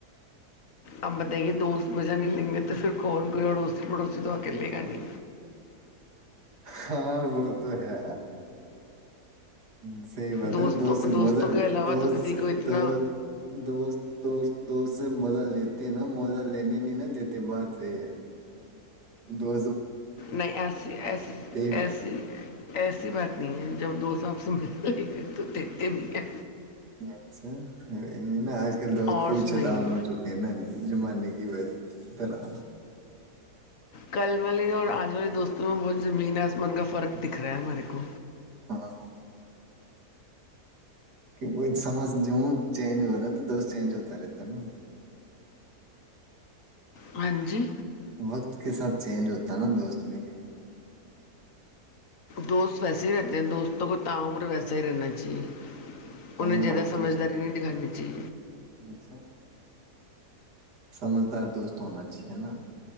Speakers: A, on the left (about 60°); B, on the right (about 80°).
A: آپ بتائیے دوست مزہ نہیں لیں گے تو پھر کول کوئی اڑوسی پڑوسی تو کے لے کرانی
B: ہاں وہ تو ہے ہ صحی بات
A: دوستوں
B: ہے نا دوست
A: دوستوں
B: مزہ
A: کے علاوہ
B: دوست
A: تو کسی کو اتنا
B: دو دوست دوست دوست مزہ لیتے ہیں نا موزہ لینے نہیں نا دیتے بعد سے دو
A: نہیں ایسی ایسی
B: بھی
A: ایسی ایسی بات نہیں جب دوساب سے مل تو دیتے بھی ہیں
B: اچھا نا آج کل تو
A: اور
B: بہت
A: سنائیے
B: چتون ہو چکے ہیں نا زمانے کی و طرح
A: کل والے اور آج والے دوستوں تو میںیں بہت زمین آسمان کا فرق دکھ رہا ہے ہمارے کو
B: ہاں وہ سمج جو ہ چینج ہو رہا تو دوست چینج ہوتا رہتا نا
A: ہاں جی
B: وقت کے ساتھ چینج ہوتا نا دوست بھی
A: دوست ویسے ہی رہتے ہیں دوستوں کو تا عمر ویسا ہی رہنا چاہیے انہیں
B: ہاں
A: زیاد
B: وہ
A: سمجھداری
B: تو
A: نہیں دکھانیانی جی
B: اچھا سمجھدار دوست ہونا چاہیے نا